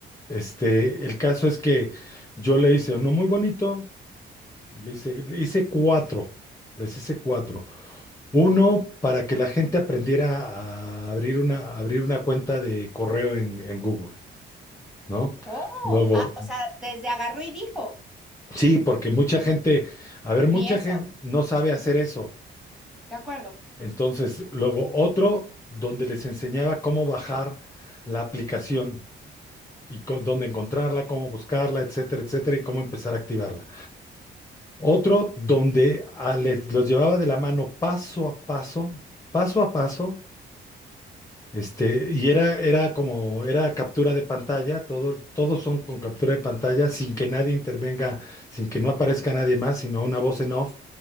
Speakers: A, on the left; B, in the centre.
A: Este, el caso es que yo le hice uno muy bonito, le hice, le hice cuatro, les hice cuatro. Uno para que la gente aprendiera a abrir una, a abrir una cuenta de correo en, en Google, ¿no?
B: Oh,
A: Luego,
B: ah, o sea, desde agarró y dijo,
A: sí, porque mucha gente, a ver,
B: ni
A: mucha
B: eso.
A: gente no sabe hacer eso.
B: De acuerdo.
A: Entonces, luego otro donde les enseñaba cómo bajar la aplicación y co- dónde encontrarla, cómo buscarla, etcétera, etcétera, y cómo empezar a activarla. Otro donde a- les, los llevaba de la mano paso a paso, paso a paso, este, y era, era como, era captura de pantalla, todo, todos son con captura de pantalla, sin que nadie intervenga, sin que no aparezca nadie más, sino una voz en off